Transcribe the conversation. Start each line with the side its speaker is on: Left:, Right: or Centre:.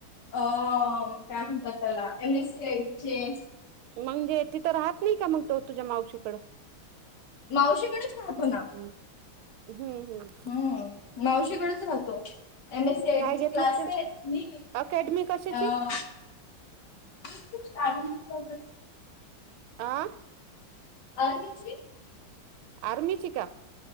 Left: अ काय म्हणतात त्याला M S C I T चे
Right: म्हणजे तिथं राहत नाही का मग तो तुझ्या मावशीकडं.
Left: मावशीकडेच राहतो ना.
Right: हम्म हम्म हम्म.
Left: हम्म मावशीकडेच राहतो. एम एस सी आय
Right: काय
Left: टी
Right: घेतलं
Left: क्लासेस
Right: ते अकॅडमी कशाची
Left: अं <unintelligible>
Right: आं.
Left: आ तीची.
Right: आर्मीची का.